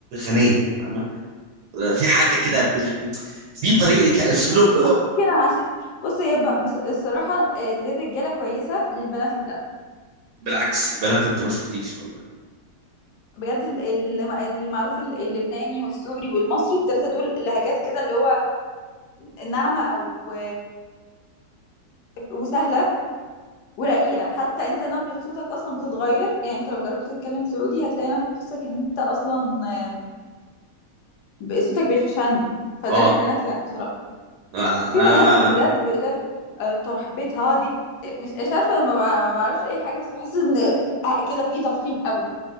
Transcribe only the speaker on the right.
غنيه فاهمه في حاجه كده بال... في طريقه كاسلوب
بالعكس البنات انت ما شفتيش والله
اه
آه، آه.
آه،